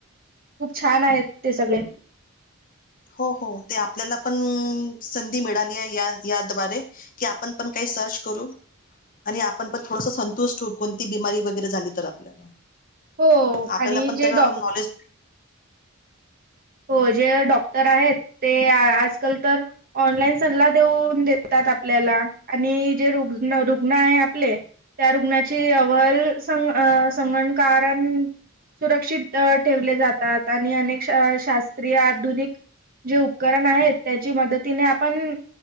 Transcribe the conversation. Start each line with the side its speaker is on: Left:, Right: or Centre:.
Right: खूप छान आहेत ते सगळे.
Left: हो हो ते आपल्याला पण संधी मिळाली आहे याद्वारे की आपण पण काही सर्च करू आणि आपण पण थोडस संतुष्ट होऊ कोणती बिमारी वगैरे झाली तर आपल्याला.
Right: हो
Left: आपल्याला
Right: आणि
Left: पण
Right: जे
Left: त्याला
Right: डॉ
Left: नॉलेज
Right: हो जे डॉक्टर आहेत ते आजकाल तर ऑनलाईन सल्ला देऊन देतात आपल्याला आणि जे रुग्ण रुग्ण आहे आपले त्या रुग्णाची अहवाल सं संगणकारण सुरक्षित ठेवले जातात आणि अनेक श शास्त्रीय आधुनिक जे उपकरण आहेत त्याची मदतीने आपण